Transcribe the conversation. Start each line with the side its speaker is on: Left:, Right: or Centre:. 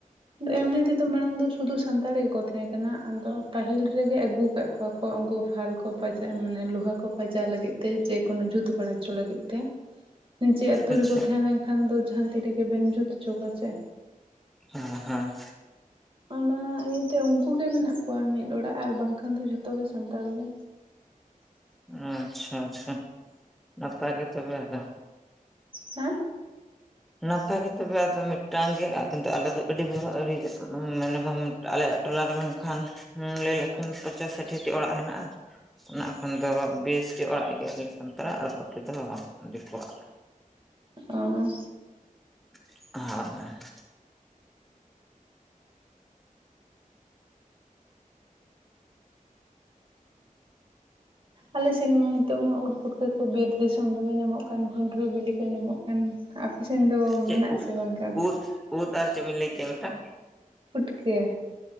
Right: ᱟᱫᱚ ᱮᱢᱱᱤ ᱛᱮᱫᱚ ᱢᱟᱲᱟᱝ ᱫᱚ ᱥᱩᱫᱩ ᱥᱟᱱᱛᱟᱲ ᱜᱮᱠᱚ ᱛᱟᱦᱮᱸ ᱠᱟᱱᱟ ᱟᱫᱚ ᱯᱟᱹᱦᱤᱞ ᱨᱮᱜᱮ ᱟᱹᱜᱩ ᱠᱟᱫ ᱠᱚᱣᱟ ᱠᱚ ᱩᱱᱠᱩ ᱯᱷᱟᱞ ᱠᱚ ᱯᱟᱡᱟᱼᱼ ᱢᱟᱱᱮ ᱞᱳᱦᱟ ᱠᱚ ᱯᱟᱡᱟᱣ ᱞᱟᱹᱜᱤᱫ ᱛᱮ ᱡᱮ ᱠᱳᱱᱳ ᱡᱩᱛ ᱵᱟᱲᱟ ᱦᱚᱪᱚ ᱞᱟᱹᱜᱤᱫ ᱛᱮ ᱱᱤᱡᱮ ᱟᱛᱳ
Centre: ᱟᱪᱪᱷᱟ
Right: ᱨᱮᱠᱚ ᱛᱟᱦᱮᱸ ᱞᱮᱱ ᱠᱷᱟᱱ ᱫᱚ ᱡᱟᱦᱟᱸ ᱛᱤ ᱨᱮᱜᱮ ᱵᱮᱱ ᱡᱩᱛ ᱦᱚᱪᱚ ᱠᱚᱣᱟ ᱥᱮ
Centre: ᱮᱸ ᱦᱮᱸ
Right: ᱚᱱᱟ ᱤᱭᱟᱹᱛᱮ ᱩᱱᱠᱩ ᱜᱮ ᱢᱮᱱᱟᱜ ᱠᱚᱣᱟ ᱢᱤᱫ ᱚᱲᱟᱜ ᱟᱨ ᱵᱟᱝᱠᱷᱟᱱ ᱫᱚ ᱡᱷᱚᱛᱚ ᱜᱮ ᱥᱟᱱᱛᱟᱲ ᱜᱮ
Centre: ᱟᱪᱪᱷᱟ ᱟᱪᱪᱷᱟ ᱱᱟᱯᱟᱭ ᱜᱮ ᱛᱚᱵᱮ ᱟᱫᱚ
Right: ᱦᱮᱸ
Centre: ᱱᱟᱯᱟᱭ ᱜᱮ ᱛᱚᱵᱮ ᱟᱫᱚ ᱢᱤᱫᱴᱟᱝ ᱜᱮ ᱟᱫᱚ ᱠᱤᱱᱛᱩ ᱟᱞᱮ ᱫᱚ ᱟᱹᱰᱤ ᱵᱷᱚᱨᱟ <unintelligible> ᱢᱮᱱᱮᱢᱟᱢ ᱟᱞᱮᱭᱟᱜ ᱴᱚᱞᱟᱨᱮ ᱢᱮᱱᱠᱷᱟᱱ ᱞᱟᱹᱭ ᱞᱮᱠᱷᱟᱱ ᱯᱚᱸᱪᱟᱥ ᱥᱟᱴᱷᱤ ᱴᱤ ᱚᱲᱟᱜ ᱦᱮᱱᱟᱜᱼᱟ ᱚᱱᱟ ᱠᱷᱚᱱ ᱫᱚ ᱵᱮᱥᱤ ᱚᱲᱟᱜ ᱜᱮ ᱟᱞᱮ ᱥᱟᱱᱛᱟᱲᱟᱜ ᱟᱨ ᱵᱟᱹᱠᱤ ᱫᱚ ᱫᱤᱠᱩᱣᱟᱜ
Right: ᱚ
Centre: <unintelligible>
Right: ᱟᱞᱮ ᱥᱮᱱ ᱢᱟ ᱱᱤᱛᱚᱜ ᱢᱟ ᱩᱫ ᱯᱩᱴᱠᱟᱹ ᱠᱚ ᱵᱤᱨ ᱫᱤᱥᱚᱢ ᱫᱚᱢᱮ ᱧᱟᱢᱚᱜ ᱠᱟᱱ ᱵᱷᱩᱸᱰᱨᱩ ᱵᱤᱞᱤ ᱠᱚ ᱧᱟᱢᱚᱜ ᱠᱟᱱᱟ ᱟᱯᱮ ᱥᱮᱱ ᱫᱚ
Centre: ᱪᱮᱫ
Right: ᱢᱮᱱᱟᱜ
Centre: ᱠᱚ
Right: ᱟᱥᱮ ᱵᱟᱝᱠᱷᱟᱱ
Centre: ᱩᱫ ᱩᱫ ᱟᱨ ᱪᱮᱫ ᱵᱤᱱ ᱞᱟᱹᱭ ᱠᱮᱜ-ᱟ ᱢᱤᱫᱴᱟᱝ
Right: ᱯᱩᱴᱠᱟᱹ